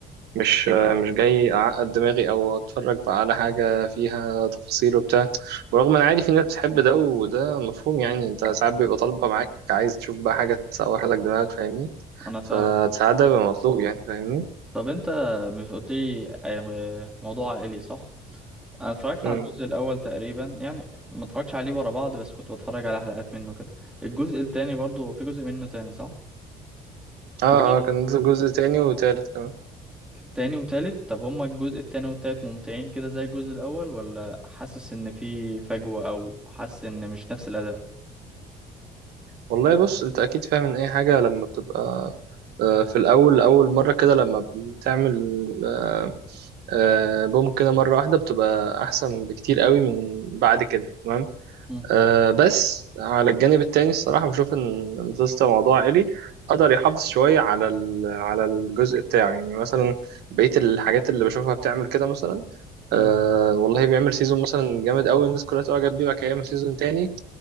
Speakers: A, on the right; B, in the centre.
A: مش آه، مش جاي اعقد دماغي او اتفرج بقى على حاجه فيها تفاصيل وبتاع ورغم ان عادي في ناس بتحب ده وده مفهوم يعني انت ساعات بيبقى طالبه معاك عايز تشوف بقى حاجه تسوح لك دماغك فاهمني
B: انا فاهمك
A: فساعات ده بيبقى مطلوب يعني فاهمني
B: طب انت مش قلت لي اي- موضوع عائلي صح انا اتفرجت
A: مم.
B: على الجزء الاول تقريبا يعني ما اتفرجتش عليه ورا بعض بس كنت بتفرج على حلقات منه كده الجزء التاني برضو في جزء منه تاني صح
A: اه
B: كويس
A: اه كان نزل جزء تاني وتالت كمان
B: تاني وتالت طب هما الجزء التاني والتالت ممتعين كده زي الجزء الاول ولا حاسس ان في فجوة او حاسس ان مش نفس الاداء
A: والله بص انت اكيد فاهم ان اي حاجه لما بتبقى آه، في الاول اول مره كده لما بتعمل آه، آه، بوم كده مره واحده بتبقى احسن بكتير قوي من بعد كده تمام
B: مم.
A: آه، بس على الجانب التاني الصراحه بشوف ان مسلسل موضوع عائلي قدر يحافظ شويه على ال- على الجزء بتاعه يعني مثلا بقيه الحاجات اللي بشوفها بتعمل كده مثلا آه
B: مم.
A: والله بيعمل سيزون مثلا جامد قوي الناس كلها تعجب بيه بعد كده يعمل سيزون تاني